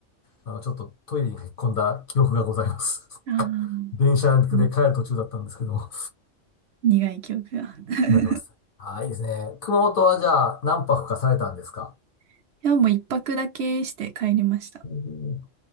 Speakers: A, on the left; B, on the right.
A: あの、ちょっとトイレに駆け込んだ記憶がございます。
B: ああ、
A: <laughs> 電車で帰る途中だったんですけど、
B: うん苦い記憶が。<laughs>
A: 今来ます。ああ、いいですね。熊本はじゃあ何泊かされたんですか
B: いや、もう一泊だけして帰りました。
A: おー